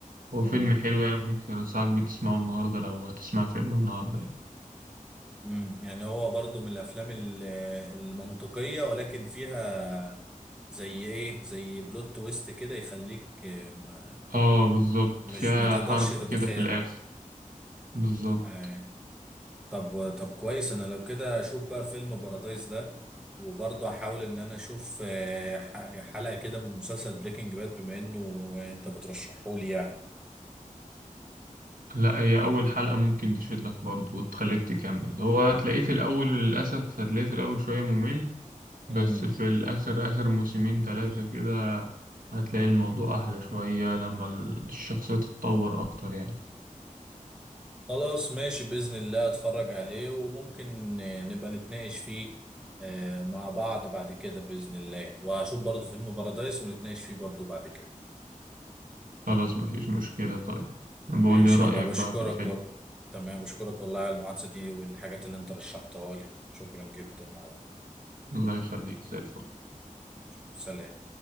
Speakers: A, on the right; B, in the centre.
A: هو
B: امم
A: فيلم حلو يعني ممكن أنصحك بيه تسمعه النهاردة لو هتسمع فيلم النهاردة يعني
B: امم يعني هو برضو من الافلام ال- المنطقية ولكن فيها زي ايه زي بلوت تويست كده يخليك آه، ما-
A: آه بالظبط
B: مش
A: فيها
B: ما تقدرش
A: حركة
B: تتخيل
A: كده في الآخر بالظبط
B: آه، طب طب كويس انا لو كده اشوف بقى فيلم بارادايس ده وبرضه احاول ان انا اشوف آه، ح- حلقة كده من مسلسل بريكنج باد بما انه انت بترشحه لي يعني
A: لا هي أول حلقة ممكن تشدك برضه وتخليك تكمل هو هتلاقيه في الأول للأسف هتلاقيه في الأول شوية ممل بس
B: مم.
A: في الآخر آخر موسمين تلاتة كده هتلاقي الموضوع أحلى شوية لما الشخصية تتطور أكتر يعني
B: خلاص ماشي بإذن الله اتفرج عليه وممكن آه، نبقى نتناقش فيه آه، مع بعض بعد كده بإذن الله وهشوف برضو فيلم بارادايس ونتناقش فيه برضو بعد كده
A: خلاص مفيش مشكلة طيب بقول
B: ماشي
A: لي رأيك
B: أنا بشكرك
A: بقى في الفيلم
B: و... تمام بشكرك والله على المحادثة دي والحاجات اللي أنت رشحتها لي شكرا جدا على
A: الله يخليك زي الفل
B: سلام